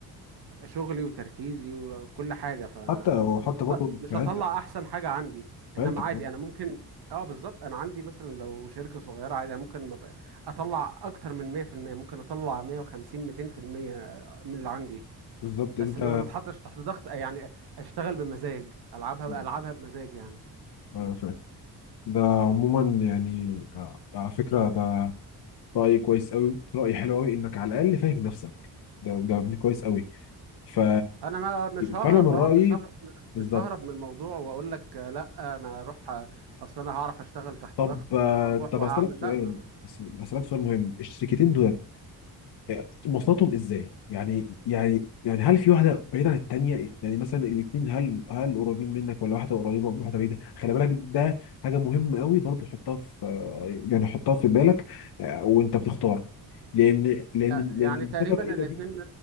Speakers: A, on the right; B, on the left.
A: شغلي وتركيزي وكل حاجة ف
B: حتى وحتى
A: مش هط-
B: برضه
A: مش
B: في عيلتك
A: هطلع احسن حاجة عندي
B: في
A: انما
B: عيلتك
A: عادي
B: برضه
A: انا ممكن اه بالظبط انا عندي مثلا لو شركة صغيرة عادي انا ممكن مط- اطلع اكتر من 100% ممكن اطلع 150 200% من اللي عندي
B: بالظبط
A: بس
B: انت
A: ان انا ما اتحطش تحت ضغط يعني اشتغل بمزاج العبها
B: مم.
A: العبها بمزاج يعني
B: ايوه فاهم ده عموما يعني آه، على فكره ده راي كويس قوي راي حلو قوي انك على الاقل فاهم نفسك ده ده يعني كويس قوي ف...
A: انا ما مش ههرب
B: فانا من رايي
A: اه مش ههرب
B: بالظبط
A: مش ههرب من الموضوع واقول لك آه، لا انا اروح آه، اصل انا هعرف اشتغل تحت
B: طب
A: ضغط
B: آه،
A: وهروح
B: طب
A: وهعمل
B: اسالك سؤال
A: لا
B: بس بسالك سؤال مهم الشركتين دولت آه، مواصلاتهم ازاي يعني يعني يعني هل في واحده بعيده عن التانيه يعني مثلا الاثنين هل هل قريبين منك ولا واحده قريبه وواحده بعيده خلي بالك ده حاجه مهمه قوي برضو حطها في آه، يعني حطها في بالك آه، وانت بتختار لان لان
A: يع- يعني
B: لان المسافه
A: تقريبا
B: بعيده
A: الاتنين
B: دي